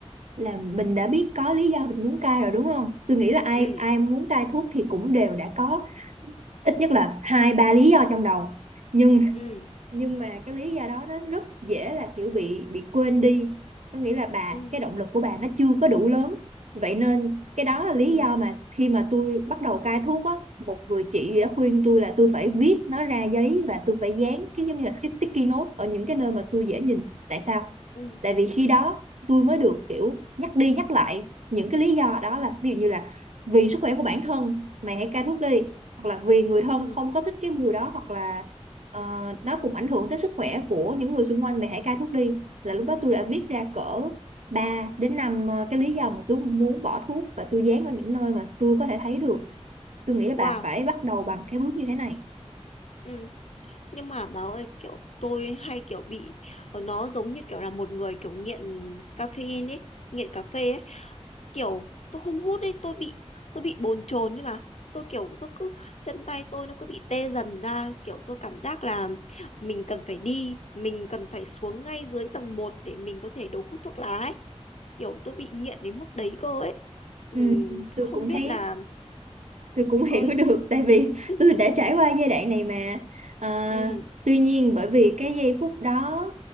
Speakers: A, on the right; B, on the left.
A: là mình đã biết có lý do mình muốn cai rồi đúng không? Tôi nghĩ là ai
B: ừ
A: ai muốn cai thuốc thì cũng đều đã có ít nhất là hai ba lý do trong đầu. Nhưng
B: ừ
A: nhưng mà cái lý do đó nó rất dễ là kiểu bị bị quên đi có nghĩa là bà
B: ừ
A: cái động lực của bà nó chưa có đủ lớn vậy nên cái đó là lý
B: ừ
A: do mà khi mà tôi bắt đầu cai thuốc á một người chị đã khuyên tôi là tôi phải viết nó ra giấy và tôi phải dán cái giống như là cái sticky note ở những cái nơi mà tôi dễ nhìn tại sao
B: ừ
A: tại vì khi đó tôi mới được kiểu nhắc đi nhắc lại những cái lý do đó là ví dụ như là vì sức khỏe của bản thân mày hãy cai thuốc đi hoặc là vì người thân
B: ừ
A: không có thích cái mùi đó hoặc là Ờ, nó cũng ảnh hưởng tới sức khỏe của những người xung quanh mày hãy cai thuốc đi là lúc đó tôi đã viết ra cỡ 3 đến 5 ờ, cái lý do mà tôi muốn bỏ thuốc và tôi dán ở những nơi mà tôi có thể thấy được tôi nghĩ là
B: wow
A: bà phải bắt đầu bằng cái bước như thế này
B: ừ nhưng mà báo ơi kiểu tôi hay kiểu bị ờ, nó giống như kiểu là một người kiểu nghiện caffeine ấy nghiện cà phê ấy kiểu tôi không hút ấy tôi bị tôi bị bồn chồn nhưng mà tôi kiểu tôi cứ chân tay tôi nó cứ bị tê dần ra kiểu tôi cảm giác là mình cần phải đi mình cần phải xuống ngay dưới tầng một để mình có thể đầu hút thuốc lá ấy kiểu tôi bị nghiện đến mức đấy cơ ấy ừ,
A: ừ, tôi
B: không
A: cũng
B: biết
A: thấy
B: là
A: tôi cũng hiểu
B: ơi
A: <laughs> được tại vì
B: <laughs>
A: tôi đã trải qua giai đoạn này mà Ờ,
B: ừ
A: tuy nhiên bởi vì cái giây phút đó